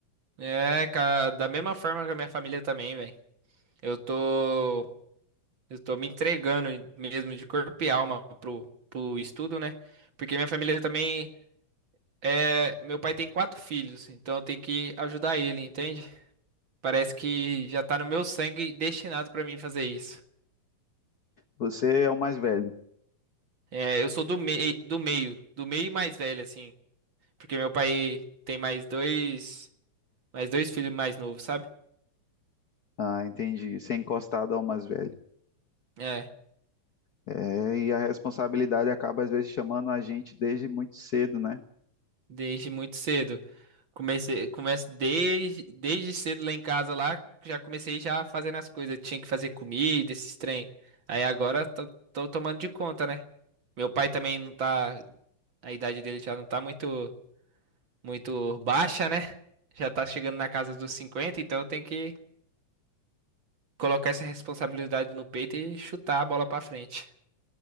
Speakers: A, on the right; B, on the left.
A: É, cara, da mesma forma que a minha família também, velho. Eu tô, eu tô me entregando mesmo de corpo e alma pro, pro estudo, né? Porque minha família também é, meu pai tem quatro filhos, então eu tenho que ajudar ele, entende? Parece que já tá no meu sangue destinado pra mim fazer isso.
B: Você é o mais velho.
A: É, eu sou do meio, do meio, do meio e mais velho, assim. Porque meu pai tem mais dois, mais dois filhos mais novos, sabe?
B: Ah, entendi. Ser encostado ao mais velho.
A: É,
B: É, e a responsabilidade acaba às vezes chamando a gente desde muito cedo, né?
A: desde muito cedo. Comecei, começo desde, desde cedo lá em casa lá, já comecei já fazendo as coisas. Tinha que fazer comida, esses trem. Aí agora tô, tô tomando de conta, né? Meu pai também não tá, a idade dele já não tá muito muito baixa, né? Já tá chegando na casa dos 50, então eu tenho que colocar essa responsabilidade no peito e chutar a bola pra frente.